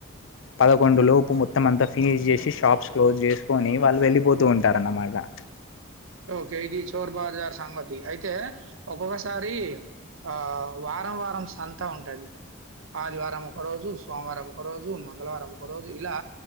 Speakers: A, on the left; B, on the right.
A: పదకొండు లోపు మొత్తం అంతా ఫినిష్ చేసి షాప్స్ క్లోజ్ చేసుకొని వాళ్లు వెళ్ళిపోతూ ఉంటారన్నమాట <inaudible>
B: ఓకే ఇది చోర్ బాజార్ సంగతి అయితే ఒక్కొక్కసారి ఆ వారం వారం సంత ఉంటది ఆదివారం ఒక రోజు సోమవారం ఒక రోజు మంగళవారం ఒక రోజు ఇలా